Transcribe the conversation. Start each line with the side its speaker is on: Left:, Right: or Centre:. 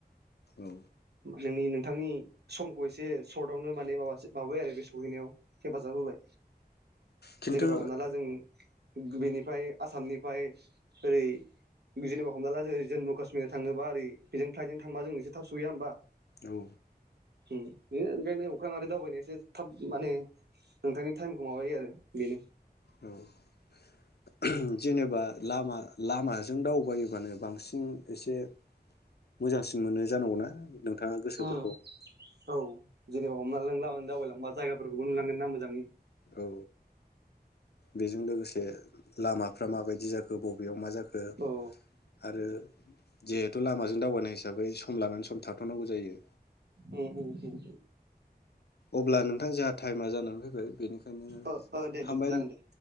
Left: औ
Right: <unintelligible> थांनि समखौ एसे सर्टवनो माने माब माबायो आरो बे सम सहैनायाव हेफाजाब होबाय
Left: खिन्थु
Right: जेनेबा हमना ला जों बेनिफ्राय आसामनिफ्राय ओरै जेनेबा हमला ला जो जम्मु काश्मी थाङोबा ओरै बेजों फ्लाइटजों थांबा जों एसे थाब सहैया होमबा
Left: औ
Right: उम बेयो बेनो अखांयारि अख्रांसानि दावबायनायासो थाब माने नोंथांनि टाइमखौ माबायो आरो बेनो।
Left: औ उम। जेनेबा लामा लामाजों दावबायोबानो बांसिन एसे मोजांसिन मोनो जानांगौना? नोंथाङा गोसोफोरखौ
Right: उम औ। जेरै हमना लांब दावबायलांबा जायाफोरखौबो नुलांगोना मोजाङै।
Left: औ बेजों लोगोसे लामाफ्रा माबायदि जाखो बबेयाव मा जाखो
Right: औ
Left: आरो जिहेथु लामाजों दावबायनाय हिसाबै सम लानानै सम थाथ'नांगौ जायो।
Right: उम उम उम उम।
Left: अब्ला नों नोंथां जोंहा टाइमा जानानै फैबाय बेनिखायनो
Right: ओ ओ दे
Left: हामबाय
Right: दे जागोन दे